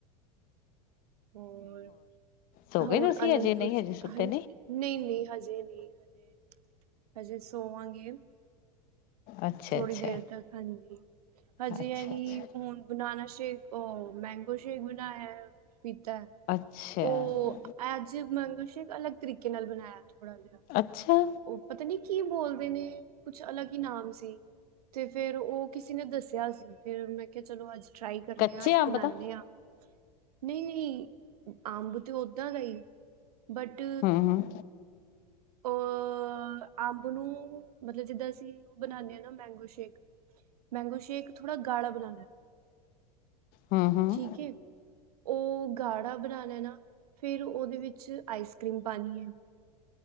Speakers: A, on the right; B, on the left.
A: ਹੋਰ
B: ਸੋ
A: ਹੋਰ
B: ਗਏ ਤੁਸੀਂ
A: ਅਨੰਦਪੁਰ
B: ਅਜੇ ਨਹੀਂ ਹਜੇ ਸੁੱਤੇ
A: ਹਾਂਜੀ ਨਹੀਂ ਨਹੀਂ ਹਜੇ ਨਹੀਂ। ਹ ਹਜੇ ਸੋਵਾਂਗੇ।
B: ਅੱਛਾ
A: ਥੋੜ੍ਹੀ
B: ਅੱਛਾ
A: ਦੇਰ ਤੱਕ ਹਾਂਜੀ ਹਜੇ
B: ਅੱਛਾ ਅੱਛਾ
A: ਅਸੀਂ ਹੁਣ ਬਣਾਉਣਾ ਸ਼ੇਕ ਮੈਂਗੋ ਸ਼ੇਕ ਬਣਾਇਆ, ਪੀਤਾ
B: ਅੱਛਾ
A: ਉਹ ਅੱਜ ਮੰਨ ਅਲੱਗ ਤਰੀਕੇ ਨਾਲ ਬਣਾਇਆ ਥੋੜਾ ਜਿਹਾ
B: ਅੱਛਾ।
A: ਉਹ ਪਤਾ ਨੀ ਕੀ ਬੋਲਦੇ ਨੇ ਕੁਛ ਅਲੱਗ ਹੀ ਨਾਮ ਸੀ ਤੇ ਫੇਰ ਉਹ ਕਿਸੇ ਨੇ ਦੱਸਿਆ ਸੀ ਫੇਿਰ ਮੈਂ ਕਿਹਾ ਚਲੋ ਅੱਜ ਟਰਾਈ ਕਰਨ
B: ਕੱਚੇ
A: ਹ ਅੱ
B: ਅੰਬ
A: ਬਣਾਦੇ
B: ਦਾ
A: ਹਾਂ ਨਹੀਂ ਨਹੀਂ ਅੰਬ ਉਦਾਂ ਗਈ ਬਟ
B: ਹਮ ਹਮ
A: ਅ ਅੰਬ ਨੂੰ ਮਤਲਬ ਜਿੱਦਾਂ ਅਸੀਂ ਉਹ ਬਣਾਉਦੇ ਹਾਂ ਨਾ ਮੈਂਗੋ ਸ਼ੇਕ ਮੈਂਗੋ ਸ਼ੇਕ ਥੋੜ੍ਹਾ ਗਾਲਾ ਬਣਾਉਣਾ
B: ਹਮ ਹਮ
A: ਠੀਕ ਉਹ ਗਾੜਾ ਬਣਾ ਲੈ ਨਾ ਫੇਿਰ ਉਹਦੇ ਵਿੱਚ ਆਈਸ ਕਰ੍ਰੀਮ ਪਾਣੀ ਹੈ।